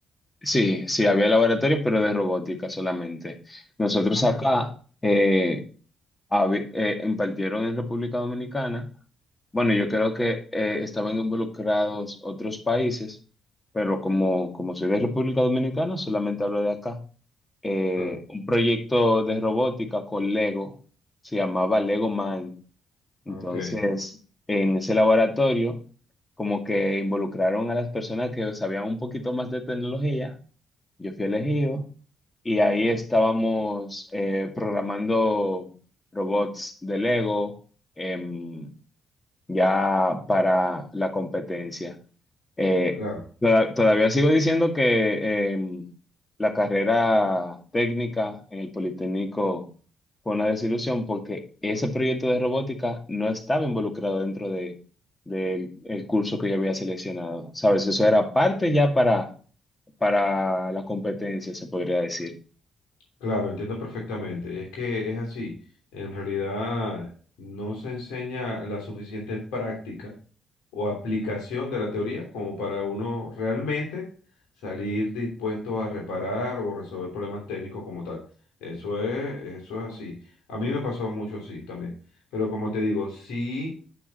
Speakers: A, on the left; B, on the left.
A: Sí, sí, había laboratorios, pero de robótica solamente. Nosotros
B: Ah,
A: acá eh, habi- eh, impartieron en República Dominicana. Bueno, yo creo que eh, estaban involucrados otros países, pero como, como soy de República Dominicana, solamente hablo de acá. Eh,
B: claro.
A: un proyecto de robótica con Lego, se llamaba Lego Mind. Entonces,
B: Ok,
A: en ese laboratorio, como que involucraron a las personas que sabían un poquito más de tecnología, yo fui elegido y ahí estábamos eh, programando robots de Lego, em, ya para la competencia. Eh,
B: claro.
A: toda- todavía sigo diciendo que eh, la carrera técnica en el Politécnico fue una desilusión porque ese proyecto de robótica no estaba involucrado dentro de, del el curso que yo había seleccionado. ¿Sabes? Eso era parte ya para, para la competencia, se podría decir.
B: Claro, entiendo perfectamente. Es que es así. En realidad no se enseña la suficiente práctica o aplicación de la teoría como para uno realmente salir dispuesto a reparar o resolver problemas técnicos como tal. Eso es, eso es así. A mí me pasó mucho así también. Pero como te digo, sí